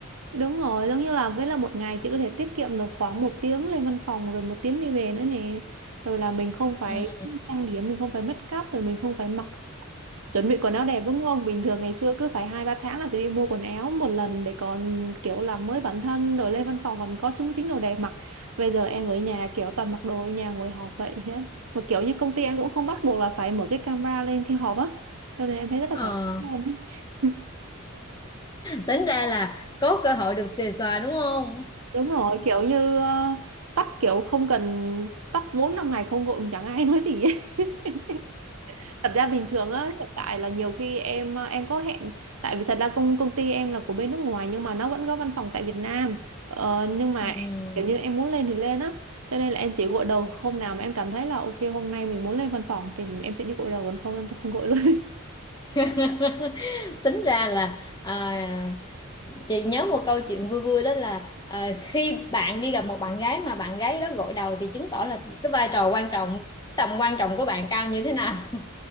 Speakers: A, on the right (about 80°); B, on the left (about 20°).
A: Đúng rồi, giống như là với là một ngày chị có thể tiết kiệm được khoảng một tiếng lên văn phòng rồi một tiếng đi về nữa nè. Rồi là mình không phải
B: ừ.
A: trang điểm, mình không phải make up, rồi mình không phải mặc chuẩn bị quần áo đẹp đúng không? Bình thường ngày xưa cứ phải hai ba tháng là phải đi mua quần áo một lần để còn kiểu làm mới bản thân rồi lên văn phòng còn có súng xính đồ đẹp mặc. Bây giờ em ở nhà kiểu toàn mặc đồ ở nhà ngồi họp vậy đấy. Mà kiểu như công ty em cũng không bắt buộc là phải mở cái camera lên khi họp á. Cho nên em thấy rất là
B: Ờ,
A: thoải mái đấy.
B: tính ra là có cơ hội được xuề xòa đúng không?
A: Đúng rồi, kiểu như ờ, tóc kiểu không cần tóc 4 5 ngày không gội chẳng ai <laughs> nói gì ấy. <laughs> Thật ra bình thường á hiện tại là nhiều khi em ờ, em có hẹn tại vì thật ra công công ty em là của bên nước ngoài nhưng mà nó vẫn có văn phòng tại Việt Nam. Ờ, nhưng mà
B: Ừm.
A: kiểu như em muốn lên thì lên á. Cho nên là em chỉ gội đầu hôm nào mà em cảm thấy là ok hôm nay mình muốn lên văn phòng thì em sẽ đi gội đầu còn không em sẽ không gội luôn.
B: <laughs> Tính ra là à, chị nhớ một câu chuyện vui vui đó là à, khi bạn đi gặp một bạn gái mà bạn gái đó gội đầu thì chứng tỏ là cái vai trò quan trọng tầm quan trọng của bạn cao như thế nào. <laughs>